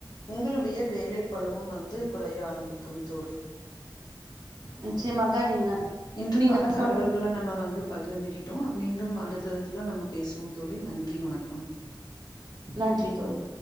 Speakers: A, on the left (about 50°); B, on the right (about 50°).
A: உங்களுடைய வேலை பழுவும் வந்து குறைய ஆரம்பிக்கும் தோழி
B: நிச்சயமாக நீங்க
A: இன்று
B: நீங்க
A: பல தகவல்கள
B: சொன்ன
A: நம்ம வந்து பகிர்ந்துகிட்டோ மீண்டும் அடுத்த இதுல நம்ம பேசுவோம் தோழி நன்றி வணக்கம்
B: நன்றி தோழி